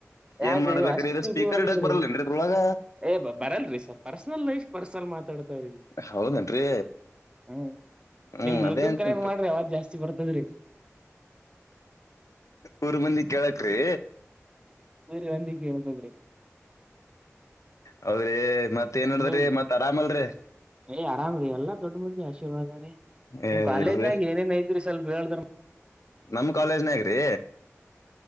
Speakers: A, on the right; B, on the left.
A: ಯಾಕ್ರಿ
B: ಏನ್ ಮಾಡ್ಬೇಕ್ರೀ
A: ಅಷ್ಟ್
B: ಇದ ಸ್ಪೀಕರ್
A: ಇದು ಆಗ್ಯದ್ರಿ
B: ಇಡಾಕ್ ಬರಲ್ಲೇನ್ರೀ ಇದ್ರೊಳಗ.
A: ಏ ಬರಲ್ರಿ ಸರ್ ಪರ್ಸನಲ್ ಲೈಫ್ ಪರ್ಸನಲ್ ಮಾತಾಡ್ತವ್ರ ಇಲ್ಲಿ.
B: ಹೌದೇನ್ರಿ
A: ಹ್ಮ್
B: ಹ್ಮ್
A: ನಿಮ್ ಬ್ಲೂಟೂತ್
B: ಅದೇ ಅಂತನ್ರಿ.
A: ಕನೆಕ್ಟ್ ಮಾಡ್ರಿ ಅವಾಜ್ ಜಾಸ್ತಿ ಬರ್ತದ್ರಿ
B: ಊರ್ ಮಂದಿ ಕೇಳಕ್ರಿ.
A: ಊರ ಮಂದಿಗ ಕೇಳ್ತದ್ರಿ.
B: ಹೌದ್ರಿ ಮತ್ತ ಏನ್ ನಡದ್ರಿ
A: ನಿಮ್
B: ಮತ್ತ್ ಆರಾಮಲರಿ.
A: ಏ ಆರಾಮ್ ರೀ ದೊಡ್ಡ ಮುಂದಿ ಆಶೀರ್ವಾದ ರೀ
B: ಏ
A: ನಿಮ್ ಕಾಲೇಜ್ನಾಗ
B: ಇಲ್ರಿ
A: ಏನೇನ್ ಐತ್ರಿ ಸ್ವಲ್ಪ ಹೇಳದ್ರ.
B: ನಮ್ ಕಾಲೇಜ್ನಾಗ್ರಿ